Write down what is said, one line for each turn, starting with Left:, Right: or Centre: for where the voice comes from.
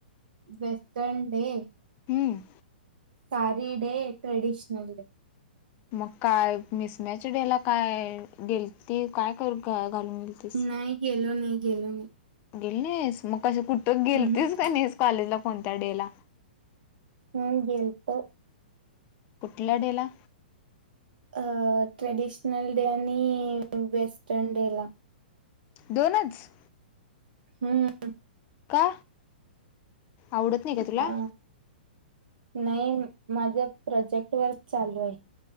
Right: Western day.
Left: हं.
Right: Sari day, traditional day.
Left: मग काय मिसमॅच डेला काय गेलती काय करू काय घालून गेलतीस
Right: नाही गेलो नायी गेलो नई.
Left: गेली नाय आज मग कश कुठं गेलतेस
Right: हम्म हम्म.
Left: काय नायीस कॉलेज ला कोणत्या डेला.
Right: हम्म गेलतो
Left: कुठल्या डेला?
Right: अ ट्रेडिशनल डे आणि वेस्टर्न डेला.
Left: दोनच?
Right: हम्म.
Left: का, आवडत नाही का तुला?
Right: अ नाही माझं प्रोजेक्ट वर्क चालू आहे.